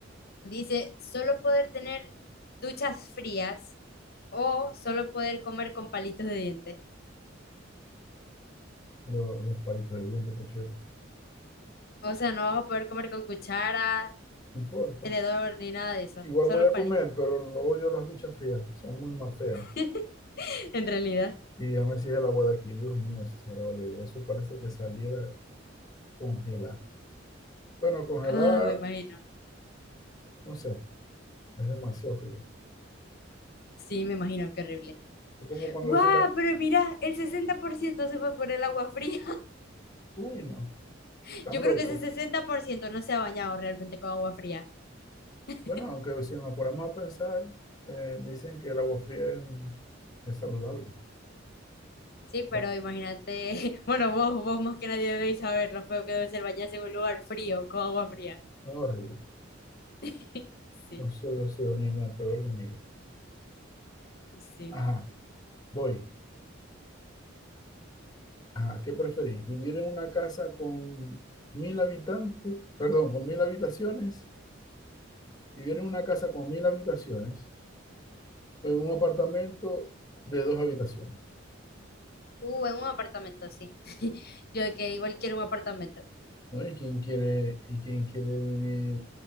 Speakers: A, on the left; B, on the left.
A: Dice, solo poder tener duchas frías o solo poder comer con palitos de dientes.
B: Lo- Los, palitos de dientes prefiero.
A: O sea, no vas a poder comer con cuchara,
B: No importa.
A: tenedor, ni nada de eso.
B: Igual
A: Solo
B: voy a
A: palitos.
B: comer, pero lo odio las duchas frías. Son muy más feas.
A: <laughs> en realidad.
B: Y déjame me sigue el agua de aquí. Dios mío, Sara Valeria. Eso parece que saliera congelada. Bueno, congelada,
A: Ah, me imagino.
B: no sé. Es demasiado frío.
A: Sí, me imagino, qué horrible.
B: Es como cuando
A: ¡Guau!
B: se está,
A: Pero mira, el 60% se fue por el agua fría.
B: uy, no,
A: <laughs>
B: tan
A: Yo creo
B: loco.
A: que ese 60% no se ha bañado realmente con agua fría. <laughs>
B: Bueno, aunque si nos ponemos a pensar, eh, dicen que el agua fría es, es saludable.
A: Sí,
B: Bueno,
A: pero imagínate, <laughs> bueno, vos, vos más que nadie debéis saber lo feo que debe ser bañarse en un lugar frío con agua fría.
B: no es horrible.
A: <laughs> Sí,
B: No solo se ni mi peor enemigo.
A: sí.
B: Ajá, voy. Ajá, ¿qué preferís? ¿Vivir en una casa con mil habitantes, perdón, con mil habitaciones? ¿Vivir en una casa con mil habitaciones o en un apartamento de dos habitaciones?
A: Uh, en un apartamento, sí. <laughs> Yo de que igual quiero un apartamento.
B: ¿No? ¿Y quién quiere, y quién quiere vivir